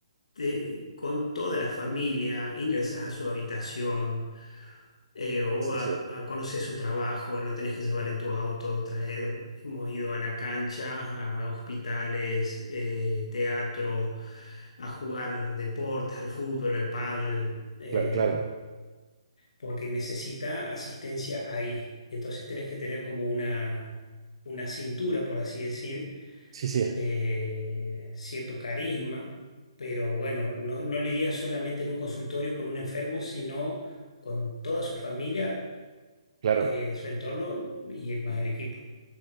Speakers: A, on the left (about 75°); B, on the right (about 50°).
A: te- con toda la familia, ingresas a su habitación eh, o
B: sí,
A: a,
B: sí,
A: a conocer su trabajo, lo tenés que llevar en tu auto, traer, hemos ido a la cancha, a hospitales, eh, teatro, a jugar deportes, al fútbol, al pádel, eh,
B: claro, claro.
A: porque necesita asistencia ahí. Entonces tenés que tener como una, una cintura, por así decir
B: Sí, sí.
A: eh, cierto carisma, pero bueno, no, no lidia solamente en un consultorio con un enfermo, sino con toda su familia,
B: Claro,
A: eh, su entorno y más el equipo.